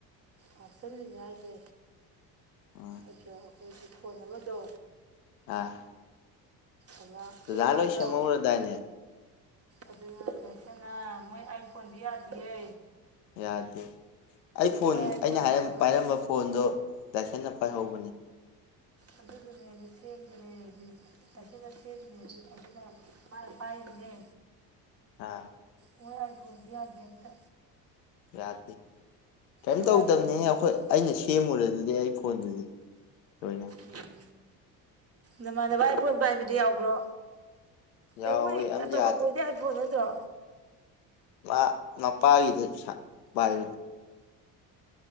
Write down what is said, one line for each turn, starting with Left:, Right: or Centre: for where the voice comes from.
Right: ꯍꯥꯞꯆꯤꯜꯂꯤꯅꯦ ꯍꯥꯏꯁꯦ
Left: ꯑꯥ
Right: ꯑꯗ ꯑꯩꯈꯣꯏꯒꯤ ꯐꯣꯟ ꯑꯃꯗꯣ
Left: ꯑꯥ
Right: ꯑꯃ
Left: ꯗꯗꯥ
Right: ꯑꯦꯋꯥꯟꯗꯣ
Left: ꯂꯣꯏ ꯁꯦꯝꯍꯧꯔꯗꯥꯏꯅꯦ
Right: ꯑꯗꯨꯅ <unintelligible> ꯃꯣꯏ ꯑꯥꯏ ꯐꯣꯟꯖꯤ ꯌꯥꯗꯤꯌꯦ
Left: ꯌꯥꯗꯦ ꯑꯩ ꯐꯣꯟ
Right: ꯃꯣꯏ ꯑꯥꯏꯐꯣꯟ
Left: ꯑꯩꯅ ꯍꯥꯢꯔꯞ
Right: ꯄꯥꯏꯕ
Left: ꯄꯥꯏꯔꯝꯕ ꯐꯣꯟꯗꯣ ꯇꯥꯢꯁꯟꯅ ꯄꯥꯏꯍꯧꯕꯅꯤ
Right: ꯑꯗꯨꯗꯨꯅꯦꯕ ꯁꯦꯝꯒ꯭ꯔꯦ ꯑꯗꯨ ꯇꯥꯢꯁꯟꯅ ꯁꯦꯝꯃꯤꯅꯦ ꯑꯗꯨ ꯑꯗꯨꯅ ꯃꯥꯅ ꯄꯥꯏꯔꯤꯅꯦ
Left: ꯑꯥ
Right: ꯃꯣꯏ ꯑꯥꯏꯐꯣꯟꯁꯤ ꯌꯥꯗꯦ ꯑꯝꯇ
Left: ꯌꯥꯗꯦ ꯀꯩꯝ
Right: ꯃꯣꯏ
Left: ꯇꯧꯗꯕꯅꯦꯍꯦ
Right: ꯑꯥꯏꯐꯣꯟꯗꯤ
Left: ꯑꯩꯈꯣꯏ
Right: ꯍꯥꯞꯄꯗꯤ ꯆꯤꯡꯉꯦ
Left: ꯑꯩꯅ ꯁꯦꯝꯃꯨꯔꯦ ꯑꯗꯨꯗꯤ ꯑꯩ ꯐꯣꯟꯗꯨꯗꯤ ꯂꯣꯏꯅ
Right: ꯎꯝ ꯅꯃꯥꯟꯅꯕ ꯑꯥꯢꯐꯣꯟ ꯄꯥꯏꯕꯗꯤ ꯌꯥꯎꯕ꯭ꯔꯣ
Left: ꯌꯥꯎꯋꯦ
Right: ꯑꯦ ꯃꯣꯏ
Left: ꯌꯥꯝ
Right: ꯑ ꯄꯥꯢꯈꯣꯝꯕ
Left: ꯌꯥꯗꯦ
Right: ꯍꯣꯢꯗꯤ ꯑꯥꯏ ꯐꯣꯟ ꯅꯠꯇ꯭ꯔꯣ
Left: ꯃꯥ ꯃꯄꯥꯒꯤꯗꯩ ꯁꯔꯥ ꯄꯥꯢꯕꯅꯦ